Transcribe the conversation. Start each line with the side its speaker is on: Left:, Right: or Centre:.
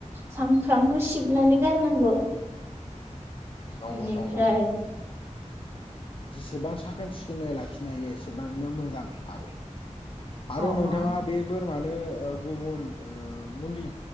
Right: सामफ्रामबो सिबनानै गारनांगौ।
Left: नंगौ
Right: इनिफ्राय
Left: नंगौ जेसेबां साखोन सिखोनै लाखिनो हायो एसेबांनो मोजां आरो। आरो
Right: अ
Left: नोंथाङा
Right: अ
Left: बे बोरमानो ओ गुबुन ओ मुलि